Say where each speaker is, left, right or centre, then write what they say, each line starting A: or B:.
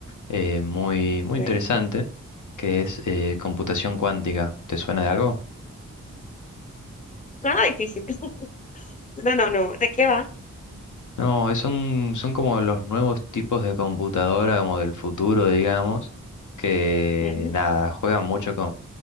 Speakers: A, on the left; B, on the left.
A: eh, muy, muy
B: Bueno,
A: interesante que es eh, computación cuántica. ¿Te suena de algo?
B: Suena difícil. <laughs> No, no, no. ¿De qué va?
A: No, es un- son como los nuevos tipos de computadora, como del futuro, digamos, que
B: Ujú.
A: nada, juegan mucho